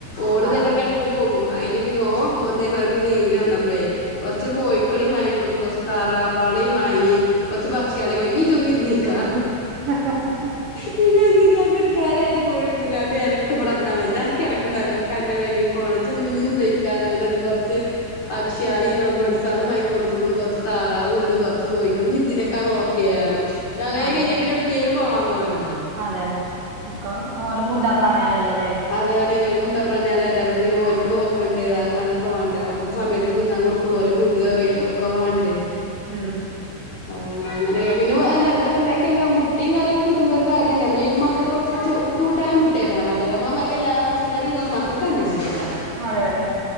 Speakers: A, on the left; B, on the right.
A: ഓള്
B: ആ
A: ഇതേ മാതിരിക്ക് എട്ക്ക് പോവും അയില് പിന്നെ ഓന് ഇതേ മാതിരിക്ക് ലീവിന് വന്നപ്പളേ കൊർച്ച് കോഴിക്കളിം വാങ്ങി കൊട്ത്തു കൊറ്ച്ച് താറാവാളെം വാങ്ങി കൊറ്ച്ച് പക്ഷേളേം വാങ്ങി. ഇന്നി ഇഞ്ചാെന്ന് വിര്ന്ന് ക്കാർന്ന്
B: ഹ ഹ ഹാ
A: പിന്നെ എന്തിന് അൻക്കൊരു പെര ആയിട്ട് കുടിര്ന്നാണ്ട് എനക്ക് ഇവ്‌ടെ നിക്കാൻ വെജാ എനക്ക് എടക്കും തെൽക്കും അന്റെ പൊരീക്ക് പോണം ഇജ് ഇന്നി ഒന്ന് പൊയിക്കാർഞ്ഞിക്കാണ്ടിണ്ട് കൊറച്ച് പക്ഷേളും ലൗബേഡ്സളും വാങ്ങി ക്കൊട്ത്തുകുണു കൊർച് താറാവുണ്ട് കൊറ്ച്ച് കോഴിക്കളും ഇനി തി നെക്കേയ്ഞ്ഞു ഇതായികഴിഞ്ഞാ
B: ആ
A: പിന്നെ എട്ക്കേലും പോവാൻ കോലൊണ്ടോ
B: അതന്നെ പുക്കം ഓലും മുണ്ടാ പ്രാണികളല്ലേല്ലേ
A: അതാണ് ഒരു മുണ്ടാ പ്രണിലല്ലേ അപ്പൊ പിന്നെ ഓൽക്ക് നോക്കണ്ടേ താങ്ങാനൊക്കെ വേണ്ടേ അപ്പ സമയത്ത് തിന്നാ കൊടുക്ക ഓല വിടിയോ ആയിട്ടോ ക്കെ വേണ്ടേ
B: മ്
A: അതേടാ അങ്ങനെ പി പിന്നെ എന്താർ ഇതൊക്കെ ഉണ്ടായിക്കഴിഞ്ഞ മുട്ടയും കാര്യൊക്കെ കിട്ടുമ്പോ ഒരു കാര്യന്നെയാ നമ്മളീ മക്കക്കൊക്കെ പ്പൊ ചോ കൂട്ടാനും മു കിട്ടേക്കാരവാണ്ടര് നമ്മളെ മാരിയല്ല പച്ചക്കറി ഇതൊന്നും മക്കക്ക് വേണ്ടിവരില്ലേക്കാരം
B: അതെ അതെ